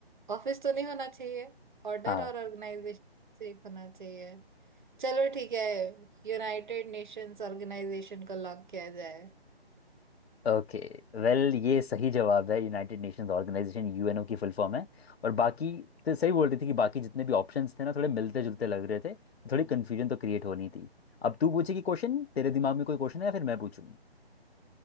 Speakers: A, on the right; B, on the left.
A: ऑफिस तो नहीं होना चाहिए ऑर्डर
B: हाँ
A: और ऑर्गेनाइजेशन से एक होना चाहिए चलो ठीक है यूनाइटेड नेशंस ऑर्गेनाइजेशन को लॉक किया जाए
B: ओके वेल ये सही जवाब है यूनाइटेड नेशंस ऑर्गेनाइजेशन यूएनओ की फुल फॉर्म है और बाकी तो सही बोल रही थी कि बाकी जितने भी ऑप्शंस थे ना थोड़े मिलते जुलते लग रहे थे थोड़ी कन्फ्यूजन तो क्रिएट होनी थी अब तू पूछेगी क्वेश्चन तेरे दिमाग में कोई क्वेश्चन है या फिर मैं पूछूं